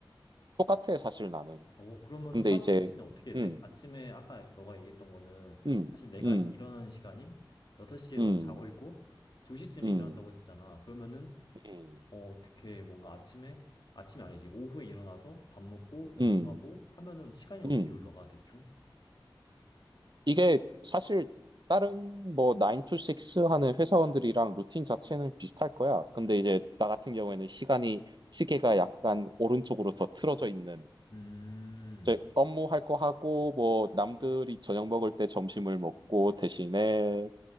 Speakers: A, on the right; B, on the left.
A: 똑같아, 사실 나는.
B: 어 그러면
A: 근데
B: 하루
A: 이제,
B: 루틴이 어떻게
A: 음,
B: 돼? 아침에 아까 너가 얘기했던 거는
A: 음,
B: 사실 내가
A: 음,
B: 일어나는 시간인 6시에
A: 음,
B: 너는 자고 있고 2시쯤에
A: 음,
B: 일어난다고 했었잖아. 그러면은
A: 음,
B: 어, 어떻게 뭔가 아침에 아침이 아니지. 오후에 일어나서 밥 먹고 운동하고
A: 음,
B: 하면은 시간이 어떻게
A: 음.
B: 흘러가 대충?
A: 이게 사실 다른 뭐 9 to 6 하는 회사원들이랑 루틴 자체는 비슷할 거야. 근데 이제 나 같은 경우에는 시간이, 시계가 약간 오른쪽으로 더 틀어져 있는
B: 음.
A: 이제 업무할 거 하고 뭐 남들이 저녁 먹을 때 점심을 먹고 대신에